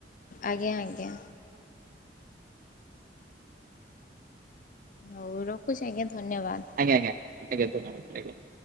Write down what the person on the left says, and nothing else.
ଆଜ୍ଞା ଆଜ୍ଞା। ହଉ ରଖୁଛି ଆଜ୍ଞା। ଧନ୍ୟବାଦ।